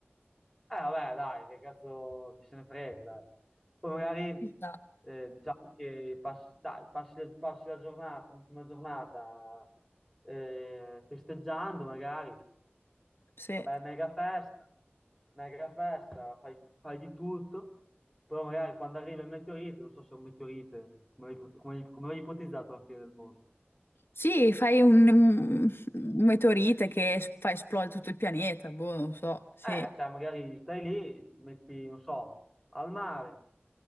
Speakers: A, in the centre; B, on the left.
A: eh, vabbè, dai, che cazzo chi se ne frega, dai. Poi magari
B: Ci sta.
A: eh, diciamo che passi, dai, passi- passi la giornata, l'ultima giornata eh, festeggiando, magari.
B: Sì.
A: Una bella mega festa, mega festa, fai, fai di tutto. Però magari quando arriva il meteorite, non so se è un meteorite, come l'hai ipot- come l'hai- come l'hai ipotizzato alla fine del mondo.
B: Sì, fai un, un- un meteorite che es- fa esplodere tutto il pianeta, boh, non so, sì.
A: Eh, cioè magari stai lì, ti metti, non so, al mare,